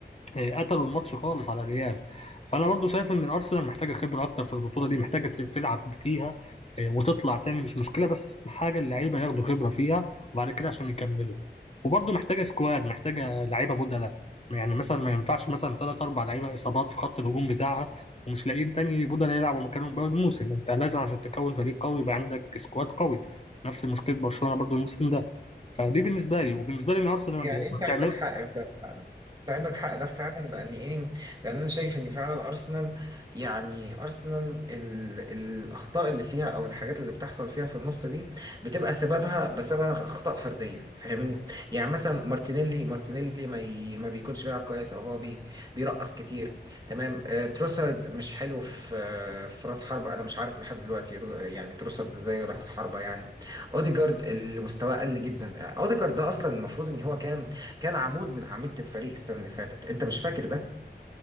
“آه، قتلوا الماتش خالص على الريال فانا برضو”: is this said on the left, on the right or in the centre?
Left